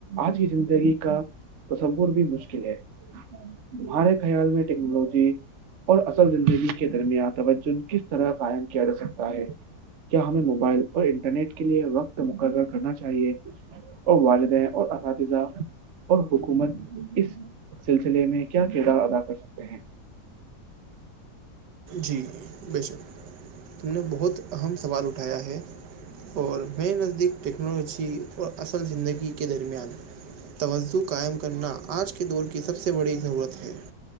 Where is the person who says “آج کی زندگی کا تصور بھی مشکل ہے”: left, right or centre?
Right